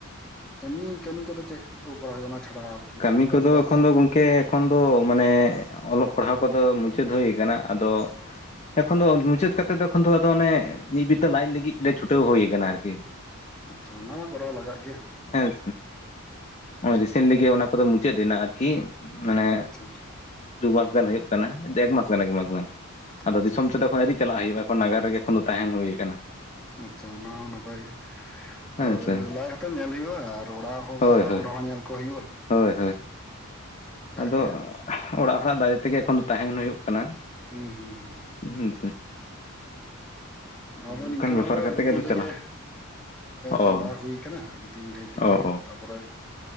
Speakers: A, in the centre; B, on the left.
A: ᱮᱢᱱᱤ ᱠᱟᱹᱢᱤ ᱠᱚᱫᱚ ᱪᱮᱫ ᱠᱚ ᱠᱚᱨᱟᱣ ᱦᱩᱭᱩᱜ-ᱟ ᱚᱱᱟ ᱪᱷᱟᱲᱟ? ᱟᱨᱠᱤ
B: ᱠᱟᱹᱢᱤ
A: ᱪᱟᱥᱵᱟᱥ
B: ᱠᱚᱫᱚ ᱮᱠᱷᱚᱱ ᱫᱚ ᱜᱚᱢ ᱠᱮ ᱮᱠᱷᱚᱱ ᱫᱚ ᱢᱟᱱᱮ ᱚᱞᱚᱜ ᱯᱟᱲᱦᱟᱣ ᱠᱚᱫᱚ ᱢᱩᱪᱟᱹᱫ ᱦᱩᱭ ᱟᱠᱟᱱᱟ ᱾ ᱟᱫᱚ ᱮᱠᱷᱚᱱ ᱫᱚ ᱢᱩᱪᱟᱹᱫ ᱠᱟᱛᱮᱫ ᱫᱚ ᱚᱱᱮ ᱢᱤᱫᱵᱤᱛᱟᱹ ᱞᱟᱡ ᱞᱟᱹᱜᱤᱫ ᱛᱮ ᱪᱷᱩᱴᱟᱹᱣ ᱦᱩᱭ ᱟᱠᱟᱱᱟ ᱟᱨᱠᱤ ᱾
A: ᱟᱪᱪᱷᱟ ᱚᱱᱟ ᱢᱟ ᱠᱚᱨᱟᱣ ᱞᱟᱜᱟᱜ ᱜᱮᱭᱟ
B: <inaudible> ᱦᱮᱸ ᱨᱤᱥᱮᱱᱴᱞᱤᱜ ᱜᱮ ᱚᱱᱟ ᱠᱚᱫᱚ ᱢᱩᱪᱟᱹᱫ ᱮᱱᱟ ᱟᱨᱠᱤ ᱢᱟᱱᱮ
A: ᱟᱪᱪᱷᱟ
B: ᱱᱚᱜ-ᱚᱭ ᱫᱩ ᱢᱟᱥ ᱜᱟᱱ ᱦᱩᱭᱩᱜ ᱠᱟᱱᱟ ᱮᱠᱢᱟᱥ ᱜᱟᱱ ᱮᱠᱢᱟᱥ ᱜᱟᱱ
A: ᱟᱪᱪᱷᱟ
B: ᱟᱫᱚ ᱫᱤᱥᱚᱢ
A: ᱟᱪᱪᱷᱟ
B: ᱛᱮᱫᱚ ᱮᱠᱷᱚᱱ ᱟᱨᱤ ᱪᱟᱞᱟᱜ ᱦᱩᱭᱩᱜ-ᱟ ᱾ ᱱᱟᱜᱟᱨ ᱨᱮᱜᱮ ᱮᱠᱷᱚᱱ ᱫᱚ ᱛᱟᱦᱮᱱ ᱦᱩᱭ ᱟᱠᱟᱱᱟ ᱾
A: ᱟᱪᱪᱷᱟ ᱚᱱᱟ ᱦᱚᱸ ᱱᱟᱯᱟᱭ ᱜᱮ ᱾
B: ᱦᱮᱸ
A: ᱟᱨ
B: ᱥᱮ
A: ᱞᱟᱡ ᱦᱚᱸᱛᱚ ᱧᱮᱞ ᱦᱩᱭᱩᱜ-ᱟ ᱟᱨ ᱚᱲᱟᱜ
B: ᱦᱳᱭ
A: ᱚᱲᱟᱜ
B: ᱦᱳᱭ
A: ᱦᱚᱲ ᱦᱚᱸ ᱧᱮᱞ ᱠᱚ ᱦᱩᱭᱩᱜ-ᱟ ᱾
B: ᱦᱳᱭ ᱟᱫᱚ
A: ᱜᱮᱭᱟ
B: ᱚᱲᱟᱜ ᱦᱚᱲᱟᱜ ᱫᱟᱨᱮ ᱛᱮᱜᱮ ᱮᱠᱷᱚᱱ ᱫᱚ ᱛᱟᱦᱮᱱ ᱦᱩᱭᱩᱜ ᱠᱟᱱᱟ᱾
A: ᱦᱩᱸ ᱦᱩᱸ ᱦᱩᱸ
B: ᱦᱮᱸ
A: ᱟᱫᱚ
B: ᱚᱱᱠᱟᱱ
A: ᱱᱤᱝᱠᱟᱹ ᱦᱚᱲ
B: ᱵᱮᱯᱟᱨ
A: ᱫᱚ
B: ᱠᱟᱛᱮ
A: ᱟᱹᱰᱤ
B: ᱜᱮ
A: ᱫᱤᱱ
B: ᱟᱫᱚ
A: ᱨᱮᱜᱮᱼᱼ
B: ᱪᱟᱞᱟᱜ ᱚ
A: ᱪᱟᱵᱟ ᱦᱩᱭ ᱟᱠᱟᱱᱟ ᱟᱹᱰᱤ ᱫᱤᱱ ᱰᱷᱮᱨ ᱫᱤᱱ
B: ᱚ ᱚ
A: ᱨᱮᱜᱮ ᱛᱟ ᱯᱚᱨᱮᱼᱼ